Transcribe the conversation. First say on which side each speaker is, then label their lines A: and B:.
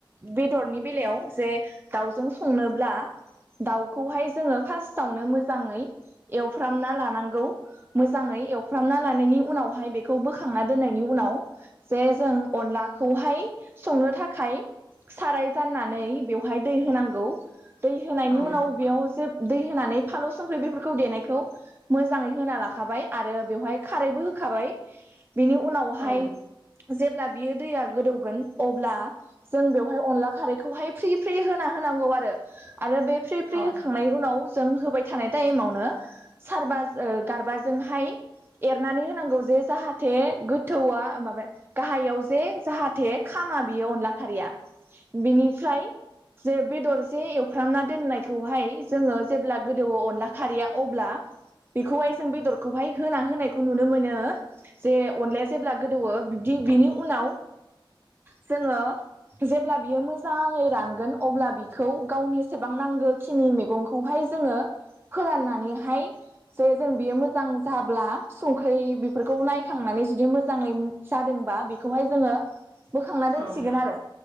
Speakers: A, on the right; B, on the right.
A: बेदरनि बेलायाव जे दाउजों संनो ब्ला दाउखौहाय जोङो फार्स्टआवनो मोजाङै एवफ्रामना लानांगौ। मोजाङै एवफ्रामना लानायनि उनावहाय बेखौ बोखांना दोननायनि उनाव जे जों अनलाखौहाय संनो थाखाय साराय जाननानै बेवहाय दै होनांगौ दै होनायनि
B: औ
A: उनाव बेयाव जे दै होनानै फालौ संख्रि बेफोरखौ देनायखौ मोजाङै होना लाखाबाय आरो बेवहाय खारैबो होखाबाय बिनि उनावहाय
B: औ
A: जेब्ला बियो दैया गोदौगोन अब्ला जों बेवहाय अनला खारैखौहाय फ्रि फ्रि होना होनांगौ आरो आरो बे फ्रि फ्रि
B: औ
A: होखां नाय उनाव जों होबाय थानाय टाइमावनो सारबा ओ गारबाजोंहाय एरनानै होनांगौ जे जाहाथे गोथौआ माबा गाहायाव जे जाहाथे खामा बेयो अनला खारैया बिनिफ्राय जे बेदर जे एवफ्रामना दोननायखौहाय जोङो जेब्ला गोदौवो अनला खारैया अब्ला बेखौहाय जों बेदरखौहाय होना होनायखौ नुनो मोनो। जे अनलाया जेब्ला गोदौवो बिदि बिनि उनाव जोङो जेब्ला बियो मोजाङै रानगोन अब्ला बि खौ गावनि सेबां नांगौखिनि मैगंखौहाय जोङो फोलाननानैहाय जे जों बियो मोजां जाब्ला संख्रि बेफोरखौ नायखांनानै जुदि मोजाङै जादोंबा बेखौहाय जोङो बोखांना दोनसिगोन
B: औ
A: आरो।